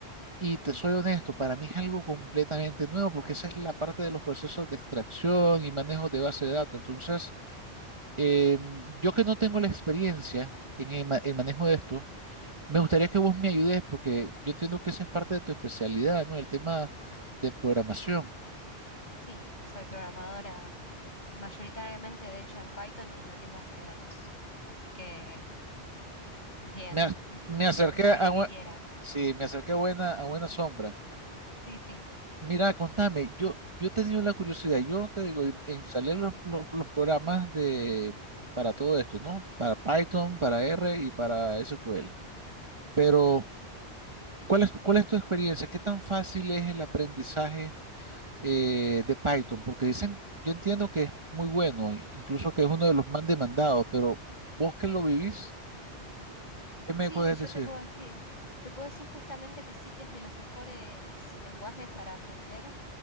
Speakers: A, on the right; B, on the left.
A: Y te soy honesto, para mí es algo completamente nuevo porque esa es la parte de los procesos de extracción y manejo de base de datos. Entonces, eh,
B: Ujú.
A: yo que no tengo la experiencia en el, ma- el manejo de esto, me gustaría que vos me ayudes porque yo entiendo que esa es parte de tu especialidad, ¿no? El tema de programación.
B: Sí, soy programadora mayoritariamente, de hecho, en Python y en lo que es base de datos. Así que, bien,
A: Me, a-
B: <laughs>
A: me acerqué
B: pregúntame
A: a,
B: lo
A: bue-
B: que quieras.
A: sí, me acerqué a buena, a buena sombra.
B: Sí, sí.
A: Mira, contame, yo, yo he tenido la curiosidad, yo te digo, en- instalé los, los, los programas de, para todo esto, ¿no? Para Python, para R y para SQL. Pero, ¿cuál es, tu- cuál es tu experiencia? ¿Qué tan fácil es el aprendizaje eh, de Python? Porque dicen, yo entiendo que es muy bueno, i- incluso que es uno de los más demandados, pero vos que lo vivís, ¿qué me
B: Sí,
A: puedes
B: yo
A: decir?
B: te puedo decir. Te puedo decir justamente que sí que es de los mejores lenguajes para aprender,